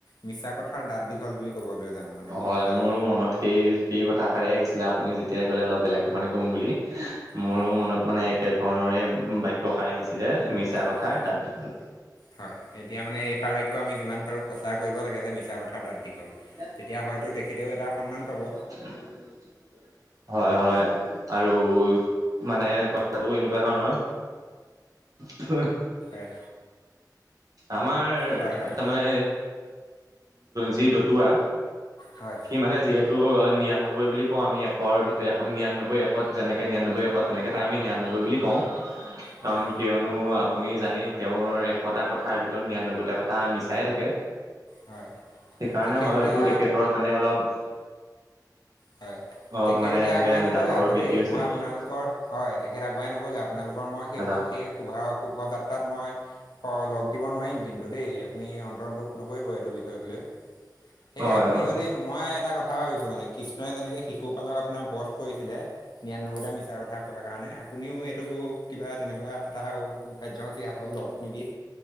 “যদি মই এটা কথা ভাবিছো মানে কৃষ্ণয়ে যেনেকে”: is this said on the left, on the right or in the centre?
Left